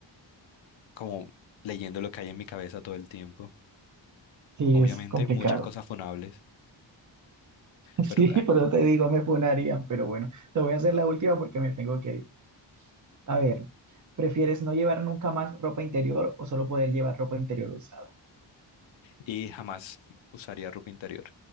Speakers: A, on the left (about 90°); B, on the right (about 40°).
A: como leyendo lo que hay en mi cabeza todo el tiempo.
B: Sí,
A: Obviamente,
B: es complicado.
A: muchas cosas
B: <laughs>
A: funables,
B: Sí,
A: pero eh,
B: por eso te digo, me funarían, pero bueno, te voy a hacer la última porque me tengo que ir. A ver, ¿prefieres no llevar nunca más ropa interior o solo poder llevar ropa interior usada?
A: y jamás usaría ropa interior.